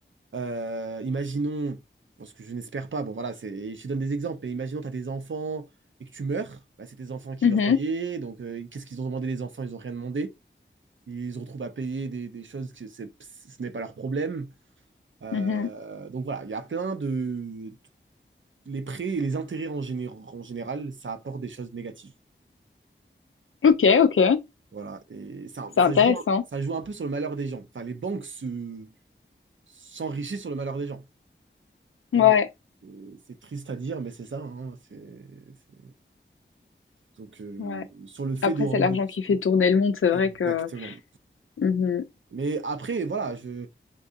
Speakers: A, on the right; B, on the left.
A: Euh, imaginons, parce que je n'espère pas, bon voilà, c'est, je te donne des exemples, mais imaginons tu as des enfants et que tu meurs, bah, c'est tes enfants qui
B: mhm,
A: doivent payer, donc euh, qu'est-ce qu'ils ont demandé les enfants? Ils n'ont rien demandé. Ils se retrouvent à payer des, des choses que c'est- ce n'est pas leur problème. Euh,
B: mhm.
A: donc voilà, il y a plein de... Les prêts et les intérêts en général en général, ça apporte des choses négatives.
B: Ok, ok,
A: Voilà, et ça,
B: c'est
A: ça
B: intéressant.
A: joue, un- ça joue un peu sur le malheur des gens. Enfin, les banques se, s'enrichissent sur le malheur des gens. pour
B: Ouais,
A: moi. Et C'est triste à dire, mais c'est ça. hein, c'est- c'est- Donc, euh,
B: ouais.
A: sur le fait
B: Après,
A: de rembourser,
B: c'est l'argent qui fait tourner le monde, c'est
A: exactement.
B: vrai que. Mhm.
A: Mais après, voilà, je,